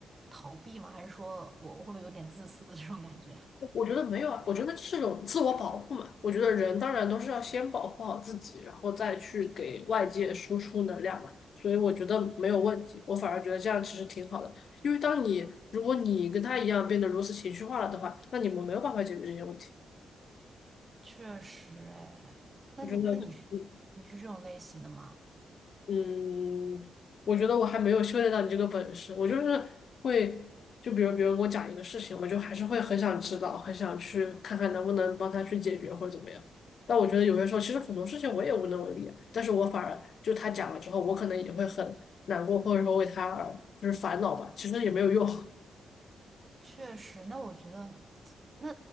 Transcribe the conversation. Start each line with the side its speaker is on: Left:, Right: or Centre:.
Right: 逃避吗？还是说我我会不会有点自私的这种感觉？
Left: 我觉得没有啊，我觉得是种自我保护嘛。我觉得人当然都是要先保护好自己，然后再去给外界输出能量嘛。所以我觉得没有问题，我反而觉得这样其实挺好的。因为当你如果你跟他一样变得如此情绪化了的话，那你们没有办法解决这些问题。
Right: 确实，哎，那你那你是你是这种类型的吗？
Left: 我觉得，嗯嗯，我觉得我还没有修炼到你这个本事，我就是会，就比如别人给我讲一个事情，我就还是会很想知道，很想去看看能不能帮他去解决或者怎么样。但我觉得有些时候，其实很多事情我也无能为力啊但是我反而就他讲了之后，我可能也会很难过，或者说为他而就是烦恼吧，其实也没有用。
Right: 确实，那我觉得，那，